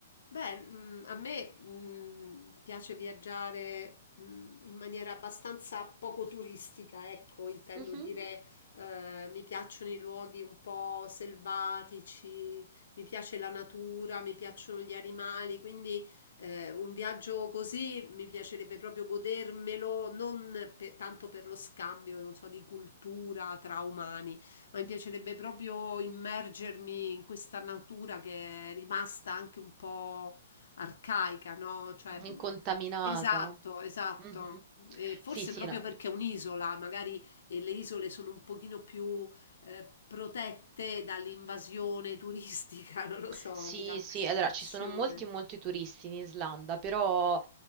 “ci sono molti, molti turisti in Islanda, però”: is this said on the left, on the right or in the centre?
Right